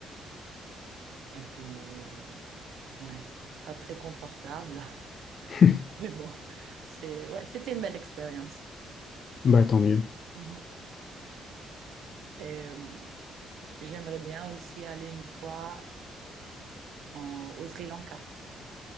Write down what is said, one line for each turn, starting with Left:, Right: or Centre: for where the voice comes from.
Right: et puis, ouais, pas très confortable,
Left: <laughs>
Right: <laughs> mais bon, c'est, ouais, c'était une belle expérience.
Left: Bah, tant mieux.
Right: Mhm. Et euh, J'aimerais bien aussi aller une fois en- au Sri Lanka.